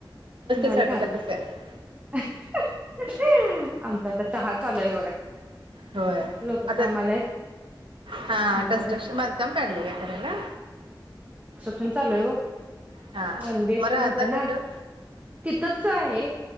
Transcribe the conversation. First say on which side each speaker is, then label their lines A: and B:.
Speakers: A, on the right; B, on the right.
A: भारी
B: स्वयंपाकातच
A: काम
B: आहे
A: हाय आमचा आता चहा चाललय बघा
B: होय
A: लोक
B: आता
A: कामाला आहेत
B: हा
A: म्हटलं
B: कन्स्ट्रक्शन
A: तर
B: बांधकाम काढले का करायला
A: चालूय ह् <unintelligible>
B: हा
A: वन बीएच
B: मग राहता
A: के होत ना
B: कुठं?
A: तिथच आहे